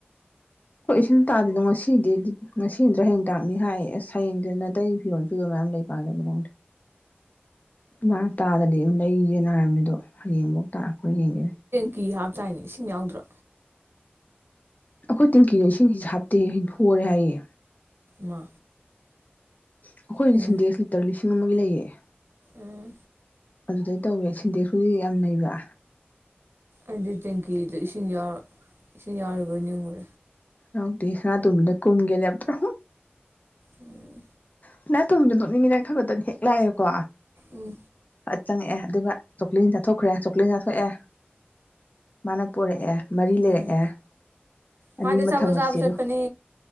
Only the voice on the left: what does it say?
ꯍꯣꯏ ꯏꯁꯤꯡ ꯇꯥꯗꯗꯣ ꯉꯁꯤꯗꯤ ꯉꯁꯤꯠꯇ꯭ꯔ ꯍꯌꯦꯡ ꯇꯥꯛꯅꯤ ꯍꯥꯏ ꯑꯁ ꯍꯌꯦꯡꯗ ꯅꯇꯩ ꯐꯤꯔꯣꯜ ꯆꯨꯗ ꯃꯌꯥꯝ ꯂꯩ ꯀꯥꯟꯗꯕ ꯅ ꯃꯥ ꯇꯥꯗꯗꯤ ꯑꯗꯨ ꯂꯩꯁꯦꯅ ꯍꯥꯏꯕꯅꯤꯗꯣ ꯍꯌꯦꯡꯐꯧ ꯇꯥꯛꯄ ꯌꯦꯡꯉꯦ
ꯑꯩꯈꯣꯏ ꯇꯦꯡꯀꯤꯗꯣ ꯏꯁꯤꯡꯁꯤꯁꯤ ꯍꯥꯞꯇꯦ ꯍꯣꯔꯦ ꯍꯥꯏꯌꯦ
ꯑꯩꯈꯣꯏꯅ
ꯁꯤꯡꯗꯦꯁ ꯂꯤꯇꯔ ꯂꯤꯁꯤꯡ ꯑꯃ ꯃ ꯂꯩꯌꯦ
ꯑꯗꯨꯗꯩ ꯇꯧꯋꯦ ꯁꯤꯟꯗꯦꯛ ꯍꯧꯖꯤꯛ ꯌꯥꯝ ꯂꯩꯩꯕ
ꯌꯥꯎꯗꯤ ꯉꯅꯥ ꯇꯣꯝꯕꯤꯅ ꯀꯨꯝꯒꯦꯅꯦꯕꯇ꯭ꯔꯣ
ꯁꯅꯇꯣꯝꯕꯤ ꯁꯨ ꯅꯣꯛꯅꯤꯡꯉꯤꯅ ꯈꯕꯗꯣꯅ ꯍꯦꯛ ꯂꯥꯛꯑꯦꯀꯣ
ꯑ ꯆꯪꯉꯛꯑꯦ ꯑꯗꯨꯒ ꯆꯣꯀ꯭ꯂꯦꯟ ꯆꯥꯊꯣꯛꯈ꯭ꯔꯦ ꯆꯣꯀ꯭ꯂꯦꯟꯠ ꯆꯥꯊꯣꯛꯑꯦ ꯃꯥꯅ ꯄꯣꯔꯛꯑꯦ ꯃꯔꯤ ꯂꯩꯔꯛꯑꯦ
ꯑꯅꯤ
ꯑꯃ
ꯊꯝꯃꯣ
ꯆꯤꯆꯦꯗꯣ